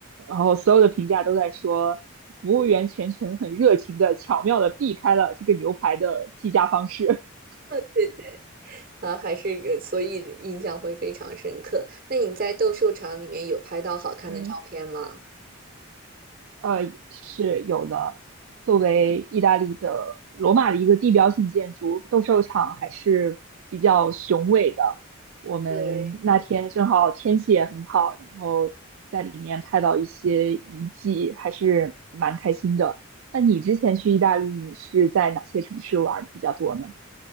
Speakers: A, on the right; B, on the right.
A: 然后所有的评价都在说，服务员全程很热情的、巧妙的避开了这个牛排的计价方式。
B: 对对，啊，还是一个，所以印象会非常深刻。那你在斗兽场里面有拍到好看的照片吗？
A: <laughs> 嗯。呃，是有的。作为意大利的罗马的一个地标性建筑，斗兽场还是比较雄伟的。我们那天正好天气也很好，
B: 对。
A: 然后在里面拍到一些遗迹，还是蛮开心的。那你之前去意大利，你是在哪些城市玩儿比较多呢？